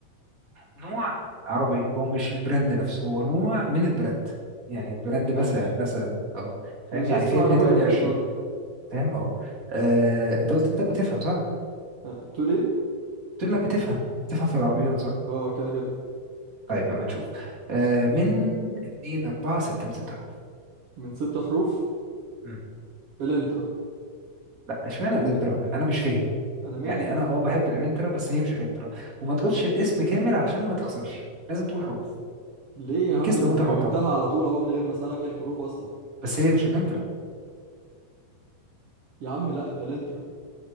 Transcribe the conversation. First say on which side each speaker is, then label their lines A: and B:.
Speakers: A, on the right; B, on the right.
A: نوع عربي هو مش البراند نفسه هو نوع من البراند يعني البراند
B: ماشي
A: مثلا مثلا اه فاهم
B: ماشي
A: يعني
B: اسم
A: فيات
B: العربية
A: 128
B: فهمت قصدك
A: فاهم اه آه، انت قلت انك بتفهم صح؟
B: آه، بتقول ايه
A: قلت انك بتفهم بتفهم في العربيات صح؟
B: اه كده كده
A: طيب لما نشوف آه من 2 4 6 من 6 حروف
B: من ست حروف
A: مم.
B: الانترا
A: لا اشمعنى الانترا انا مش فاهم
B: انا مالي
A: يعني
B: يا
A: انا
B: عم
A: اه بحب الانترا بس هي مش الانترا وما تقولش الاسم كامل عشان ما تخسرش لازم تقول حروف
B: ليه يا
A: ان
B: عم
A: كيس
B: ما
A: لو
B: انا
A: انت غلطان
B: جاوبتها على طول اهو من غير ما اسالك ايه الحروف اصلا
A: بس هي مش الانترا
B: يا عم لا الانترا